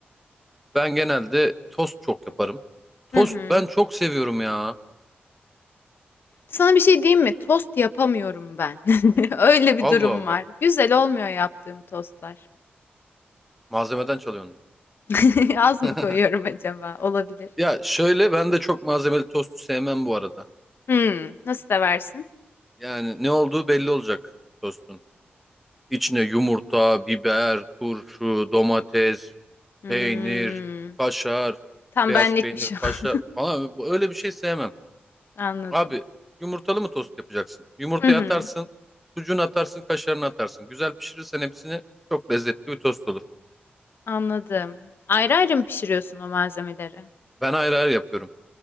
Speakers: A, in the centre; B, on the left (about 65°).
A: Ben genelde tost çok yaparım. Tost
B: Hı hı.
A: ben çok seviyorum ya.
B: Sana bir şey diyeyim mi? Tost yapamıyorum ben. <laughs> Öyle bir durum
A: Allah Allah.
B: var. Güzel olmuyor yaptığım tostlar.
A: Malzemeden çalıyordur.
B: <laughs> Az
A: <laughs>
B: mı koyuyorum acaba? Olabilir.
A: Ya şöyle ben de çok malzemeli tostu sevmem bu arada.
B: Hmm, nasıl seversin?
A: Yani ne olduğu belli olacak tostun. İçine yumurta, biber, turşu, domates,
B: Hmm,
A: Peynir, kaşar,
B: tam
A: beyaz
B: benlikmiş
A: peynir,
B: o.
A: kaşar falan öyle bir şey sevmem.
B: <laughs> Anladım.
A: Abi yumurtalı mı tost yapacaksın? Yumurtayı
B: Hı hı,
A: atarsın, sucuğunu atarsın, kaşarını atarsın. Güzel pişirirsen hepsini çok lezzetli bir tost olur.
B: anladım. Ayrı ayrı mı pişiriyorsun o malzemeleri?
A: Ben ayrı ayrı yapıyorum.